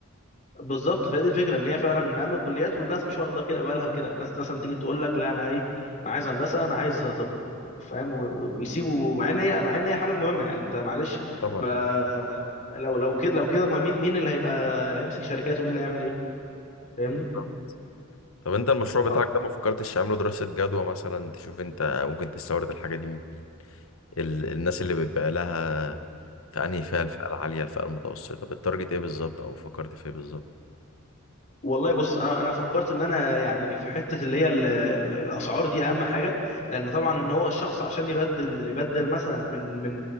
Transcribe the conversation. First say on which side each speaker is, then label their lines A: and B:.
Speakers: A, on the left; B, on the left.
A: بالظبط فهي دي الفكره ان هي فعلا من اهم الكليات والناس مش واخده كده بالها كده الناس مثلا تيجي تقول لك لا انا ايه انا عايز هندسه انا عايز طب فاهم و- و- ويسيبوا مع ان هي مع ان هي حاجه مهمه يعني انت معلش
B: طبعا
A: ما
B: أكيد
A: لو لو كده لو كده ما مين مين اللي هيبقى هيمسك شركات ومين اللي هيعمل ايه فاهمني
B: طبعا. طب أنت المشروع بتاعك
A: اه
B: ده ما فكرتش تعمله دراسة جدوى مثلا تشوف أنت ممكن تستورد الحاجة دي من مين ال- الناس اللي بتبيع لها فأنهي فئة الفئة العالية الفئة المتوسطة بالتارجت إيه بالظبط أو فكرت في إيه بالظبط
A: والله بص انا انا فكرت ان انا يعني في حته اللي هي ال- ال- الاسعار دي اهم حاجه لان طبعا ان هو الشخص عشان يبدل يبدل مثلا من من